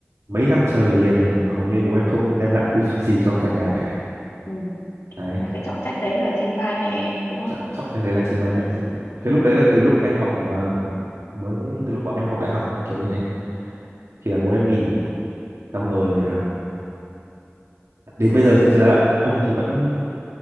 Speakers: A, on the right; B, on the left.
A: mấy năm trời liền là hầu như bố em không đem lại thu nhập gì cho cả nhà cả
B: ừ.
A: đấy
B: và cái trọng trách đấy là trên vai mẹ em đúng không
A: trọng trọng cái đấy là trên vai mẹ cái lúc đấy là từ lúc em học à, mới từ lúc bọn em học đại học kiểu như thế
B: Ừ.
A: thì là bố em nghỉ xong rồi à, đến bây giờ thì thực ra ông thì vẫn